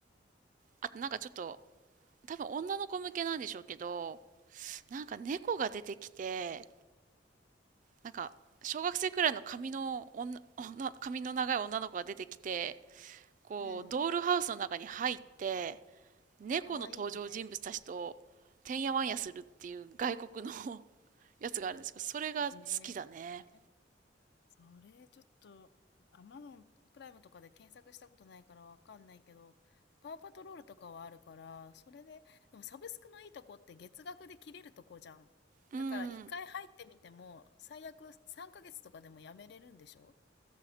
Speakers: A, on the right; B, on the left.
A: あとなんかちょっと、多分女の子向けなんでしょうけど、なんか猫が出てきて、なんか、小学生くらいの髪の女、女、髪の長い女の子が出てきて、こう、
B: うん。
A: ドールハウスの中に入って、猫の登場人物たちと、
B: かわいいね。
A: てんやわんやするっていう外国の <laughs> やつがあるんですけど、それが好きだね。
B: ねえ。それ、ちょっと、Amazon プライムとかで検索したことないからわかんないけど、パワーパトロールとかはあるから、それで、でもサブスクのいいとこって月額で切れるとこじゃん。
A: うん。
B: だから一回入ってみても、最悪3ヶ月とかでもやめれるんでしょ